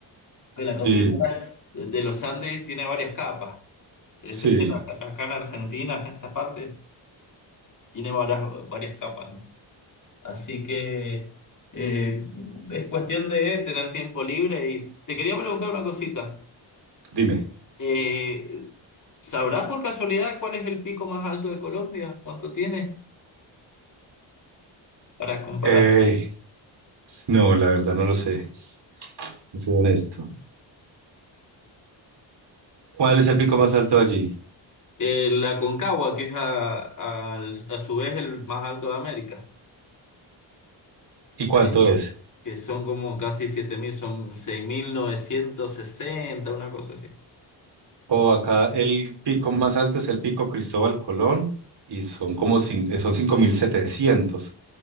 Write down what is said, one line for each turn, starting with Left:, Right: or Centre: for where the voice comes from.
Left: En la cordillera
Right: sí,
Left: de de los Andes tiene varias capas. En
Right: sí.
Left: especial acá, acá en Argentina, en esta parte, tiene varias, varias capas, ¿no? Así que eh, es cuestión de tener tiempo libre. Y te quería preguntar una cosita.
Right: Dime.
Left: Eh, ¿sabrás por casualidad cuál es el pico más alto de Colombia? ¿Cuánto tiene? Para comparar.
Right: Eh, no, la verdad no lo sé. Soy honesto. ¿Cuál es el pico más alto allí?
Left: Eh, la Concagua, que es a, al- a su vez el más alto de América,
Right: ¿Y cuánto
Left: eh,
Right: es?
Left: que son como casi 7.000, son 6.960, una cosa así.
Right: O acá el pico más alto es el pico Cristóbal Colón y son como cin- eh, son cinco mil setecientos